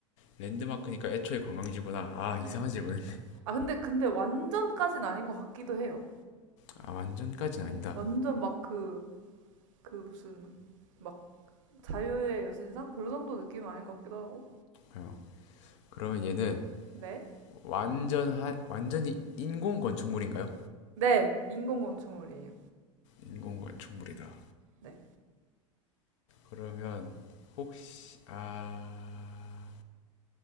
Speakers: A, on the left; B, on the right.
A: 랜드마크니까 애초에 관광지구나. 아
B: 네.
A: 이상한 질문인데.
B: 아, 근데 근데 완전까진 아닌 것 같기도 해요.
A: 아 완전까지는
B: 응.
A: 아니다.
B: 완전 막 그, 그 무슨 막 자유의 여신상 그 정도 느낌은 아닌 것 같기도 하고.
A: 어. 그러면 얘는
B: 네,
A: 완전 한 완전히 인공 건축물인가요?
B: 네, 인공 건축물이에요.
A: 인공 건축물이다.
B: 네,
A: 그러면 혹시 아,